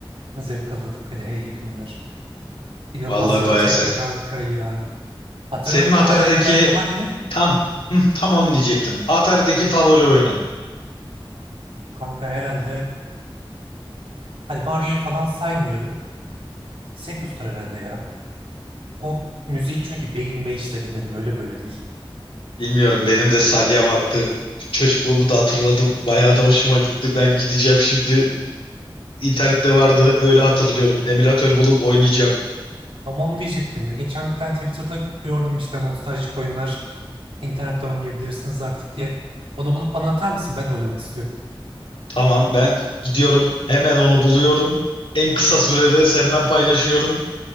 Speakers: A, on the right; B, on the left.
A: Zevk alırdık öyle hey gibi günler. İnanılmaz
B: Vallahi
A: canı
B: baya
A: çekti
B: sert.
A: kanka ya. Atari
B: Senin
A: oyunları
B: Atari'deki
A: hala internette var değil mi?
B: tam hı, tam onu diyecektim. Atari'deki favori oyunun.
A: Kanka herhalde. Hani Mario'yu falan saymıyorum. Sekus'tur herhalde ya. O müziği çünkü beynime işledi benim öyle böyle değil.
B: Bilmiyorum benim de salyamaktı. Çocukluğumu da hatırladım. Bayağı da hoşuma gitti. Ben gideceğim şimdi. İnternette vardı öyle hatırlıyorum. Emülatör bulup oynayacağım.
A: Tamam diyecektim ya. Geçen bir tane Twitter'da gördüm işte nostaljik oyunlar internetten oynayabilirsiniz artık diye. Onu bulup bana atar mısın? Ben de oynamak istiyorum.
B: Tamam ben gidiyorum. Hemen onu buluyorum. En kısa sürede seninle paylaşıyorum.